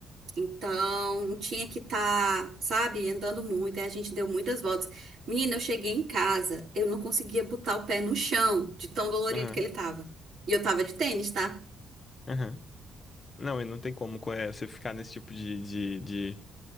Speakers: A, on the right (about 65°); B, on the left (about 35°).
A: então tinha que estar, sabe, andando muito. Aí a gente deu muitas voltas. Menina, eu cheguei em casa, eu não conseguia botar o pé no chão, de tão dolorido
B: Aham,
A: que ele tava. E eu tava de tênis, tá?
B: aham. Não, e não tem como co- é, você ficar nesse tipo de, de, de,